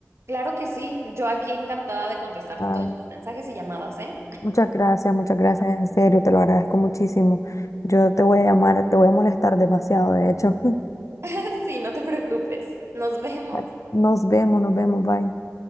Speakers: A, on the right; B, on the left.
A: Claro que sí, yo aquí encantada de contestarte
B: Ay,
A: todos tus mensajes y llamadas, ¿eh?
B: Muchas gracias, muchas gracias, en serio, te lo agradezco muchísimo. Yo te voy a llamar, te voy a molestar demasiado, de hecho.
A: <laughs> Sí, no te preocupes. Nos vemos.
B: <laughs> Nos vemos, nos vemos, bye.